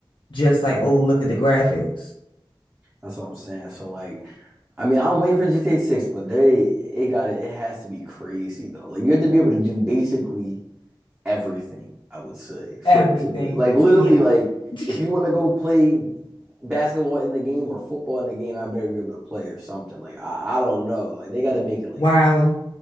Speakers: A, on the left; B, on the right.
A: just like, oh, look at the graphics.
B: That's what I'm saying. So like, I mean, I'm waiting for GTA 6, but they it got it. It has to be crazy though. Like you have to be able to do basically everything. I would say for
A: Everything.
B: it to like literally
A: Yeah.
B: like
A: <laughs>
B: if you want to go play basketball in the game or football in the game, I better be able to play or something. Like I, I don't know. Like they got to make it like
A: Wow.